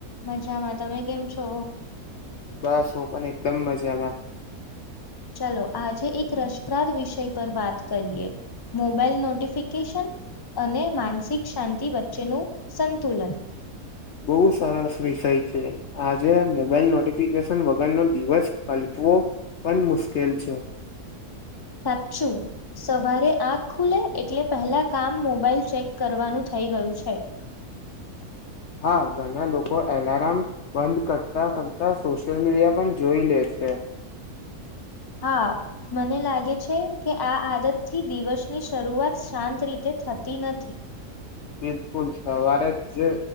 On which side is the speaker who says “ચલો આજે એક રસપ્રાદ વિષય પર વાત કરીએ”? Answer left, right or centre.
Left